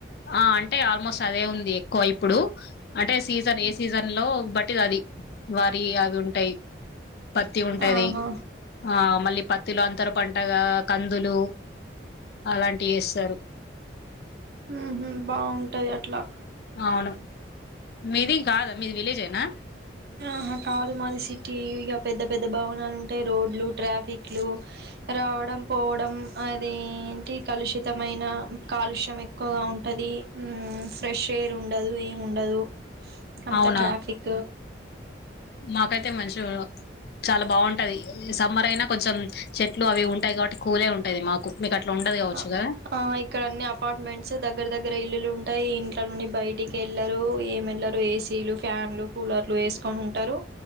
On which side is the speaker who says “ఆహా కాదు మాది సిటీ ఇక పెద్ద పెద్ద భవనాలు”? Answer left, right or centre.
Right